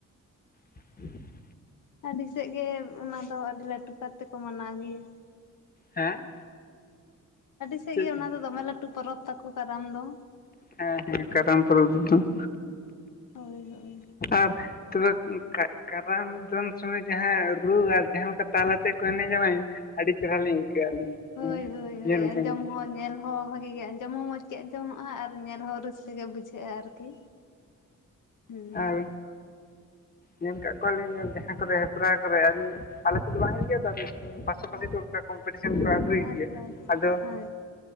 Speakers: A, on the left; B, on the left.
A: ᱦᱮᱸ <inaudible>
B: ᱟᱹᱰᱤ ᱥᱮᱫ ᱜᱮ ᱚᱱᱟ ᱫᱚ ᱟᱹᱰᱤ ᱞᱟᱹᱴᱩ ᱠᱟᱨ ᱛᱮᱠᱚ ᱢᱟᱱᱟᱣ ᱜᱮᱭᱟ᱾
A: ᱦᱮᱸ
B: ᱥᱮᱫ
A: ᱪᱮᱫ
B: ᱜᱮ
A: ᱪᱚᱝ
B: ᱚᱱᱟ ᱫᱚ ᱫᱚᱢᱮ ᱞᱟᱹᱴᱩ ᱯᱚᱨᱚᱵᱽ ᱛᱟᱠᱚ ᱠᱟᱨᱟᱢ ᱫᱚ᱾
A: ᱦᱮᱸ ᱦᱮᱸ ᱠᱟᱨᱟᱢ ᱯᱚᱨᱚᱵᱽ ᱨᱮᱫᱚ ᱼᱼ
B: ᱦᱳᱭ ᱦᱳᱭ
A: ᱟᱨ ᱛᱚᱵᱮ ᱠᱟᱨᱟᱢ ᱫᱚᱱ ᱥᱚᱢᱚᱭ ᱡᱟᱦᱟᱸ ᱨᱩ ᱟᱨ ᱡᱟᱦᱟᱸ ᱞᱮᱠᱟ ᱛᱟᱞ ᱟᱛᱮ ᱠᱚ ᱮᱱᱮᱡᱟ ᱵᱟᱝᱼᱼ ᱟᱹᱰᱤ ᱪᱮᱦᱨᱟ ᱞᱤᱧ ᱟᱹᱭᱠᱟᱹᱜ ᱟᱹᱞᱤᱧ
B: ᱦᱳᱭ ᱦᱳᱭ ᱦᱳᱭ
A: ᱧᱮᱞ
B: ᱟᱸᱡᱚᱢ
A: ᱡᱚᱧ᱾
B: ᱦᱚᱸ ᱧᱮᱞ ᱦᱚᱸ ᱵᱷᱟᱹᱜᱤ ᱜᱮ ᱟᱸᱡᱚᱢ ᱦᱚᱸ ᱢᱚᱸᱡᱽ ᱜᱮ ᱟᱸᱡᱚᱢᱚᱜᱼᱟ ᱟᱨ ᱧᱮᱞ ᱦᱚᱸ ᱨᱟᱹᱥᱠᱟᱹ ᱜᱮ ᱵᱩᱡᱷᱟᱹᱜᱼᱟ ᱟᱨᱠᱤ᱾ ᱦᱩᱸ
A: ᱟᱨ ᱧᱮᱞ ᱠᱟᱜ ᱠᱚᱣᱟᱞᱤᱧ ᱡᱟᱦᱟᱸ ᱠᱚᱨᱮ ᱦᱮᱯᱨᱟᱣ ᱠᱚᱨᱮ ᱟᱞᱮ ᱥᱮᱫ ᱫᱚ ᱵᱟᱝ ᱦᱩᱭᱩᱜ ᱜᱮᱭᱟ ᱛᱚᱼᱼ ᱥᱟᱯᱷᱟᱥᱤᱛᱤ
B: ᱟᱪᱪᱷᱟ
A: ᱚᱱᱠᱟ ᱠᱚᱢᱯᱤᱴᱤᱥᱮᱱ ᱠᱚ ᱟᱹᱜᱩᱭ ᱜᱮᱭᱟ
B: ᱟᱪᱪᱷᱟ
A: ᱟᱫᱚ᱾
B: ᱦᱮᱸ